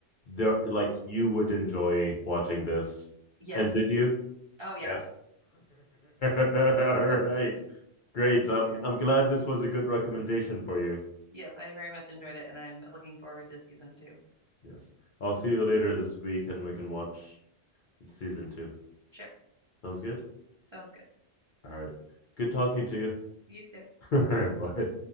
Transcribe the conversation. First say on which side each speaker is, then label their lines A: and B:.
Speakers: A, on the left; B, on the right.
A: there like you would enjoy watching this.
B: Yes.
A: And did you?
B: Oh, yes.
A: Yeah. <laughs> All right. Great. I'm I'm glad this was a good recommendation for you.
B: Yes, I very much enjoyed it, and I'm looking forward to season two.
A: Yes. I'll see you later this week and we can watch season two.
B: Sure.
A: Sounds good?
B: Sounds good.
A: All right. Good
B: Right.
A: talking to you.
B: You too.
A: <laughs> All right. Bye.